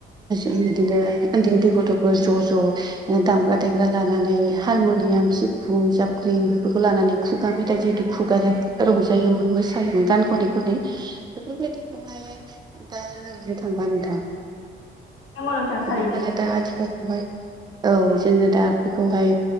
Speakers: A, on the right (about 20°); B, on the left (about 80°).
A: ओ बिदिनो उन्दै उन्दै गथ'फोर ज' ज' ओ दामग्रा देग्रा लानानै हारमुनियाम सि फुं जाबख्रिं बेफोरखौ लानानै खुगा मेथाइ जिहेथु खुगाजों रंजायोमोन मोसायोमोन गान खनै खनै बेफोरबायदिखौहाय दा नुनो थांला नोंथां।
B: नंगौ नोंथां थारैनो
A: बेफोरो दा आथिखाल औ जोङो दा बेखौहाय